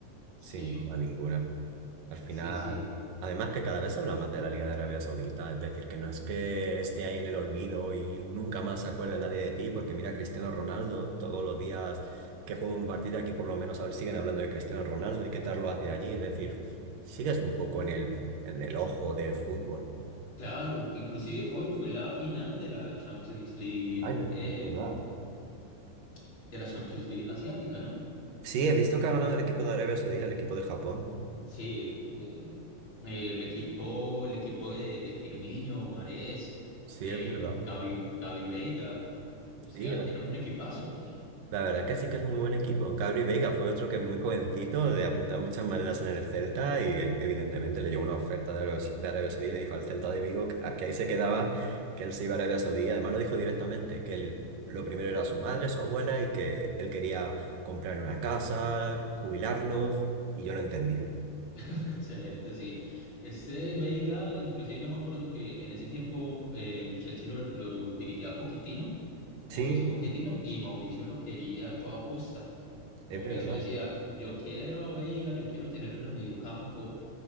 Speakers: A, on the left; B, on the right.
A: Sí,
B: sin duda ninguna. Al final,
A: sí, sí.
B: además que cada vez se habla más de la Liga de Arabia Saudita, es decir, que no es que esté ahí en el olvido y nunca más se acuerde nadie de ti, porque mira Cristiano Ronaldo, todos los días que juega un partido aquí por lo menos hab- siguen hablando de Cristiano Ronaldo y qué tal lo hace allí, es decir, sigues un poco en el, en el ojo del fútbol.
A: Claro, inclusive hoy fue la final de la Champions League,
B: Ay,
A: eh,
B: es verdad.
A: de la Champions League asiática, ¿no?
B: Sí, he visto que ha ganado el equipo de Arabia Saudí, el equipo de Japón.
A: Sí, eh, el equipo, el equipo de, de Firmino, Marés,
B: Sí,
A: eh,
B: es verdad.
A: Gavi, Gavi Veiga, o sea,
B: Sí, la
A: tienen un equipazo.
B: la verdad es que sí que es muy buen equipo. Gabri Veiga fue otro que muy jovencito, de apuntar muchas maneras en el Celta y eh, evidentemente le llegó una oferta de Arabia, de Arabia Saudí y le dijo al Celta de Vigo que que ahí se quedaba, que él se iba a Arabia Saudí. Además lo dijo directamente, que él- lo primero era su madre, su abuela y que él quería comprar una casa, jubilarlos y yo lo entendí.
A: <laughs> Excelente, sí. Este Veiga, inclusive yo me acuerdo que en ese tiempo eh, el Chelsea lo, lo dirigía Pochettino, Mauricio
B: Sí,
A: Pochettino, y Mauricio lo quería a toda costa. Mauricio
B: es verdad.
A: decía, yo quiero a Veiga, yo quiero tenerlo en el mediocampo,